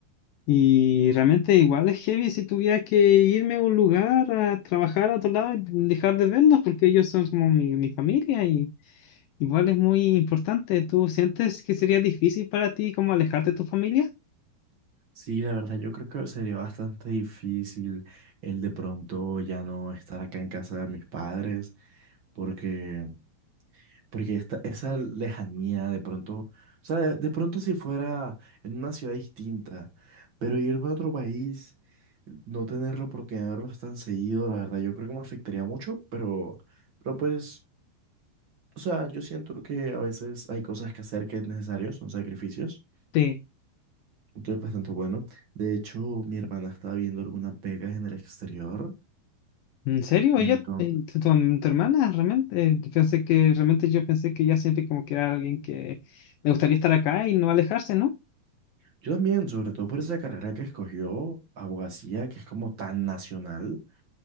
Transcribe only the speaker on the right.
Sí, la verdad, yo creo que sería bastante difícil el de pronto ya no estar acá en casa de mis padres, porque Porque esta, esa lejanía de pronto, o sea, de, de pronto si fuera en una ciudad distinta, pero irme a otro país, no tener la oportunidad de verlos tan seguido, la verdad, yo creo que me afectaría mucho, pero, pero pues, o sea, yo siento que a veces hay cosas que hacer que es necesario, son sacrificios,
entonces bastante bueno. De hecho, mi hermana estaba viendo algunas becas en el exterior.
Entonces,
yo también, sobre todo por esa carrera que escogió, abogacía, que es como tan nacional.